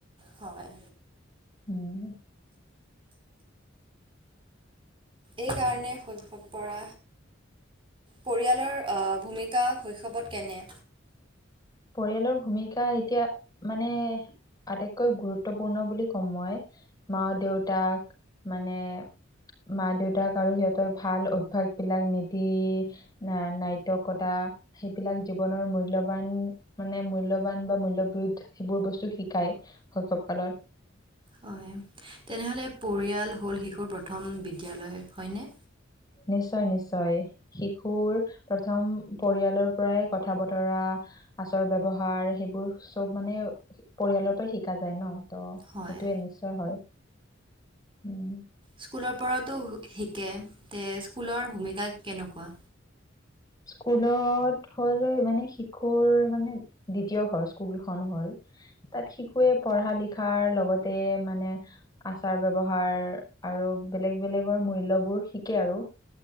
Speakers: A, on the right; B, on the left.
A: হয়।
B: উম,
A: এইকাৰণে শৈশৱ পৰা পৰিয়ালৰ ভূমিকা শৈশৱত কেনে।
B: পৰিয়ালৰ ভূমিকা এতিয়া মানে আটাইতকৈ গুৰুত্বপূৰ্ণ বুলি কম মই মা দেউতাক মানে মা দেউতাক আৰু সিহতৰ ভাল অভ্যাস বিলাক নীতি নাট্যকতা সেইবিলাক জীৱনৰ মূল্যৱান মানে মূল্যবান বা মূল্যবোধ সেইবোৰ বস্তু শিকায় শৈশৱ কালত।
A: হয় তেনেহ'লে পৰিয়াল হ'ল শিশুৰ প্ৰথম বিদ্যালয় হয়নে।
B: নিশ্চয় - নিশ্চয় শিশুৰ প্ৰথম পৰিয়ালৰ পৰাই কথা বতৰা আচাৰ ব্যৱহাৰ সেইবোৰ চব মানে পৰিয়ালৰ পৰাই শিকা যায় ন। তো সেইটোৱে
A: হয়
B: নিশ্চয় হয়। উম,
A: স্কুলৰ পৰাতো শিকে তে স্কুলৰ ভূমিকা কেনেকুৱা।
B: স্কুলত হ'ল মানে শিশুৰ মানে দ্বিতীয় ঘৰ স্কুলখন হল তাত শিশুৱে পঢ়া লিখাৰ লগতে মানে আচাৰ ব্যৱহাৰ আৰু বেলেগ - বেলেগৰ মূল্যবোৰ শিকে আৰু।